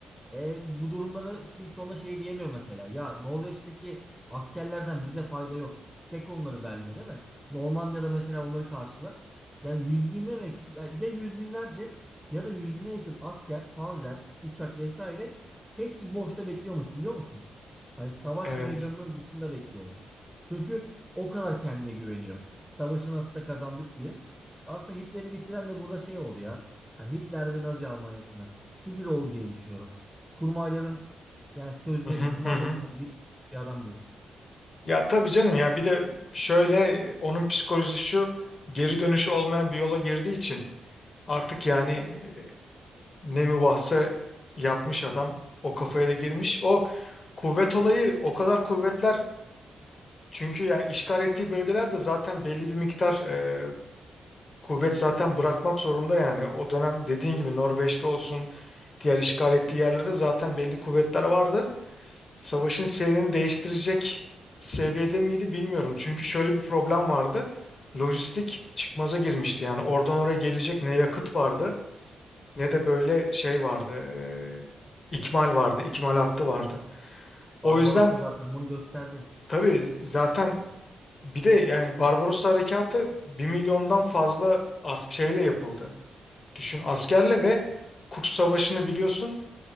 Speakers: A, in the centre; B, on the left.
A: E, bu durumda da kimse ona şey diyemiyor mesela. Ya Norveç'teki askerlerden bize fayda yok. Çek onları Berlin'e değil mi? Normandiya'da mesela onları karşılar. Yani yüz bine mi yakın? Ya, ya yüz binlerce ya da yüz bine yakın asker, panzer, uçak vesaire hepsi boşta bekliyormuş biliyor musun? Hani savaş
B: Evet.
A: meydanının dışında bekliyormuş. Çünkü o kadar kendine güveniyor. Savaşı nasılsa kazandık diye. Aslında Hitler'i bitiren de burada şey oldu ya. Hani Hitler ve Nazi Almanyası'na kibir oldu diye düşünüyorum kurmayların yani sözüne
B: Hı hı,
A: itimat
B: hı hı.
A: etmeyen bir, bir adam bu.
B: Ya tabii canım ya bir de şöyle onun psikolojisi şu geri dönüşü olmayan bir yola girdiği için artık yani e, ne mübahse yapmış adam o kafaya da girmiş. O kuvvet olayı o kadar kuvvetler çünkü ya işgal ettiği bölgelerde zaten belli bir miktar e, kuvvet zaten bırakmak zorunda yani o dönem dediğin gibi Norveç'te olsun diğer işgal ettiği yerlerde zaten belli kuvvetler vardı. Savaşın seyrini değiştirecek seviyede miydi bilmiyorum. Çünkü şöyle bir problem vardı. Lojistik çıkmaza girmişti. Yani oradan oraya gelecek ne yakıt vardı ne de böyle şey vardı. eee, ikmal vardı, ikmal hattı vardı.
A: Barbarossa
B: O yüzden
A: zaten bunu gösterdi.
B: tabii z- zaten bir de yani Barbaros Harekatı bir milyondan fazla ask şeyle yapıldı. Düşün askerle ve Kurs Savaşı'nı biliyorsun